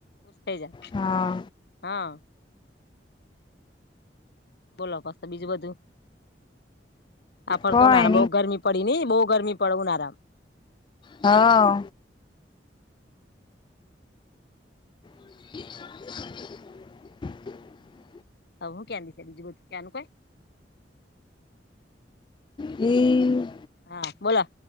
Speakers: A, on the left; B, on the left.
A: થઈ જાય
B: હા
A: હા. બોલો પસ તો બીજું બધું. સાફર
B: કોઈ
A: તો ના ના બહુ ગરમી પડી ની બહ. ગરમી પડવન આરામ.
B: હા <inaudible>
A: હું કી છે બીજું ક્યાનું કો.
B: હમ.
A: હા બોલા.